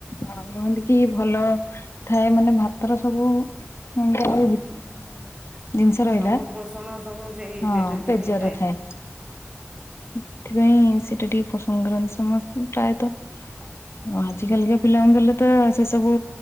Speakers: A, on the left; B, on the right.
A: ହ କହନ୍ତି କି ଭଲ ଥାଏ ମାନେ ଭାତର ସବୁ <unintelligible> ଜିନିଷ ରହିଲା
B: ସବୁ ପୋଷଣ ସବୁ ସେଇ
A: ହଁ
B: ପେଜ ଦେହରେ
A: ପେଜରରେ
B: ହିଁ
A: ଥାଏ। ସେଥି ପାଇଁ ସେଟା ଟିକେ ପସନ୍ଦ କରନ୍ତି ସମସ୍ତେ ପ୍ରାୟତଃ। ଆ ଆଜି କାଲିକା ପିଲାଙ୍କୁ ଦେଲେ ତ ସେ ସବୁ